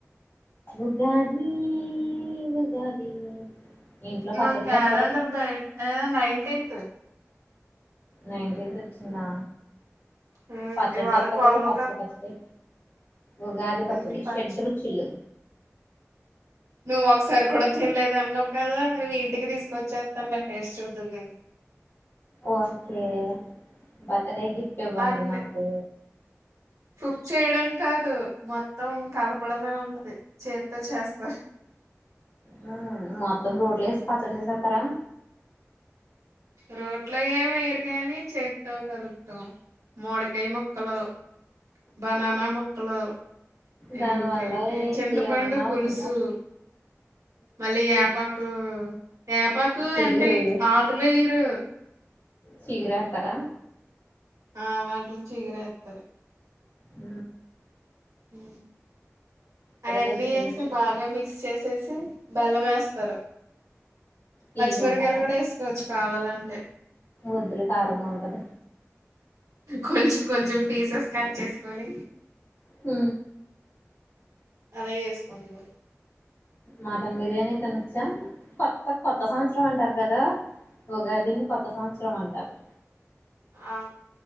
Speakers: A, on the left; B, on the right.
A: ఉగాది ఉగాది ఉగాది ఇంట్లో
B: మా
A: పచ్చడి
B: క్యాలెండర్
A: చేస్తారే
B: బయటే ఏ నైన్టీన్త్
A: నైన్టీన్త్ వచ్చిందా
B: ఉమ్
A: పచ్చడి
B: ఇవాళ
A: చెతారు
B: ట్వెల్వ్
A: కదా పచ్చడి పచ్చడి ఉగాది పచ్చడి
B: ఉమ్ పచ్
A: షేడ్ రుచులు
B: నువ్వు ఒకసారి కూడా తినలేదు అన్నావు కదా నీవి ఇంటికి తీసుకొచ్చేస్తాను లే టేస్ట్ చూదువు కానీ
A: ఓస్ కే బర్త్ డే గిఫ్ట్ ఇవ్వండి
B: అన్ని
A: నాకు
B: కుక్ చేయడం కాదు మొత్తం కలపడమే ఉంటది చేతో చేస్తా
A: హా మొత్తం రోట్లో ఏసీ పచ్చడి చేసేస్తారా
B: రోట్లో ఏమి వేయరు కానీ చేత్తో కలుపుతాం మామిడికాయ ముక్కలు బనానా ముక్కలు
A: దాని
B: ఏయ్ ఇంకేంటి
A: వల్ల
B: చింతపండు
A: ఏమన్నా
B: పులుసు
A: ఉందా
B: మళ్ళీ యాపాకు యాపాకు ఉ
A: చిగురు
B: అంటే ఇట్కు ఆ ఉ
A: శిగేరేథరా
B: ఆ వాటి చిగేరే తరు
A: ఊ
B: హ అయన్నీ
A: తెలిసిపోయింది
B: వేసి బాగా మిక్స్ చేసేసి బెల్లం వేస్తారు
A: తీయగుంటగా
B: పచ్చిమిరపకాయలు కూడా వేసుకోవచ్చు కావాలంటే
A: వద్దులే కారం గా ఉంటది
B: కొంచెం కొంచెం పీసెస్ కట్ చేసుకొని
A: ఉ
B: అలా చేసుకుంటాం
A: మటన్ బిర్యానీ అయితే నచ్చా కొత్త కొత్త సంవత్సరం అంటారు కదా ఉగాదిని కొత్త సంవత్సరం అంటారు
B: ఆ